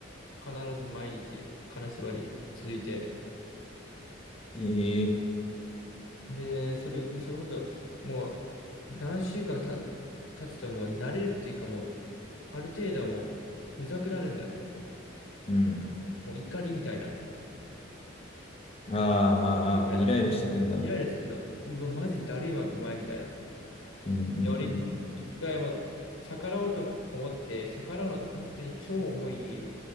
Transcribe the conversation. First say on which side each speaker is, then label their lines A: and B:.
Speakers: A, on the left (about 75°); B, on the left (about 30°).
A: 必ず毎日金縛り続いて、
B: ええ、
A: で、それ、で、それこそ、もう、何週間た、経つともう慣れるっていうかもう、ある程度もう、うざくなるんだよね。
B: うん。
A: もう怒りみたいな。もう、
B: あーあー、
A: 時みたいな。
B: あーもうイライラしてくんだ。
A: まずイライラするの。うわ、マジだるいわ、お前みたいな。
B: うん、うん、
A: で、俺、
B: うん。
A: 一回も逆らおうと思って、逆らうのと本当に超重い